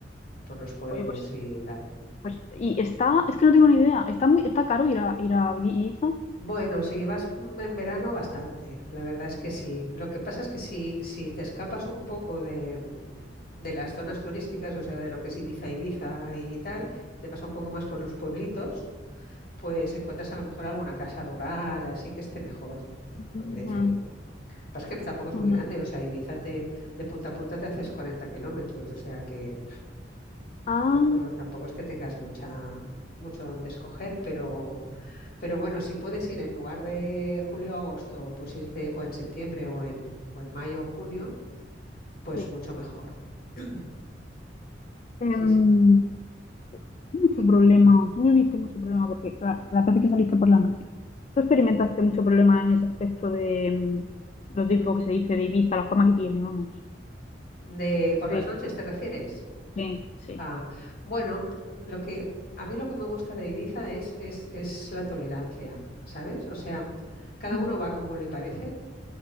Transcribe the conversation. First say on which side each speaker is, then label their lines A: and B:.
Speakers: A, on the left; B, on the left.
A: por los pueblos
B: Oye, pues,
A: y tal.
B: pues- y está, es que no tengo ni idea, está muy, está caro ir a, ir a Ibiza.
A: Bueno, si vas mm, en verano, bastante. La verdad es que sí. Lo que pasa es que si, si te escapas un poco de, mm, de las zonas turísticas, o sea, de lo que es Ibiza, Ibiza y tal, te vas un poco más por los pueblitos, pues encuentras a lo mejor alguna casa rural, así que esté mejor
B: Ujú,
A: de precio. Pasa que no- tampoco es
B: ujú.
A: muy grande, o sea, Ibiza te, de punta a punta te haces 40 kilómetros, o sea que
B: Ah,
A: tampoco, tampoco es que tengas mucha, mucho donde escoger, pero... Pero bueno, si puedes ir en lugar de julio o agosto, pues irte o en septiembre o en, o en mayo o junio, pues
B: sí.
A: mucho mejor. <clears throat>
B: Em,
A: Sí, sí.
B: Mucho
A: Y
B: problema, o tú viviste mucho problema, porque la, la vez que saliste por la noche, tú experimentaste mucho problema en ese aspecto de mm, lo típico que se dice de Ibiza, la fama que tiene, vamos.
A: De, ¿por
B: De,
A: las noches te refieres?
B: de- sí.
A: Ah, bueno, lo que a mí lo que me gusta de Ibiza es, es, es la tolerancia, ¿sabes? O sea, cada
B: Ujú,
A: uno va como le parece